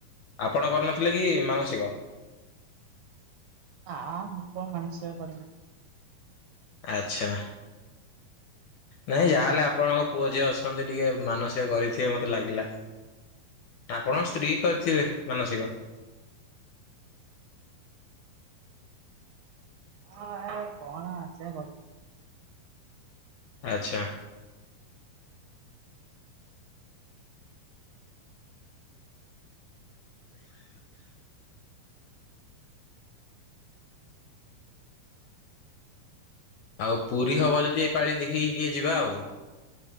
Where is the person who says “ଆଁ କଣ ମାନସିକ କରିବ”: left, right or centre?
Right